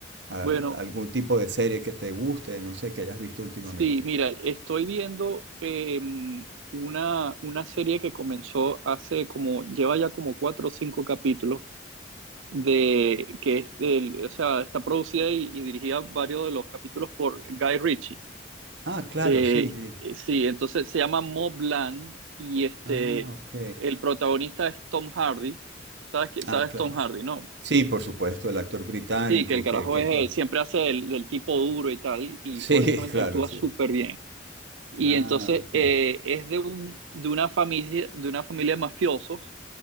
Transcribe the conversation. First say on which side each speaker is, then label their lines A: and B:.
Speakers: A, on the right; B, on the right.
A: al-
B: Bueno,
A: algún tipo de serie que te guste, no sé, que hayas visto últimamente.
B: sí, mira, estoy viendo em, una, una serie que comenzó hace como, lleva ya como cuatro o cinco capítulos, de, que es del, o sea, está producida y, y dirigida varios de los capítulos por Guy Ritchie.
A: Ah, claro,
B: Eh,
A: sí, sí.
B: eh, sí, entonces se llama Mobland y este,
A: Ah, ok.
B: el protagonista es Tom Hardy. ¿Sabes qué?
A: Ah,
B: ¿Sabes
A: claro.
B: Tom Hardy, no?
A: Sí, por supuesto, el actor británico
B: Sí, que el carajo
A: que, que actúa.
B: es, siempre hace el, el tipo duro y tal, y
A: Sí,
B: honestamente
A: <laughs> claro,
B: actúa
A: sí.
B: súper bien. Y
A: Ah,
B: entonces
A: ok.
B: eh, es de, un, de, una familia, de una familia de mafiosos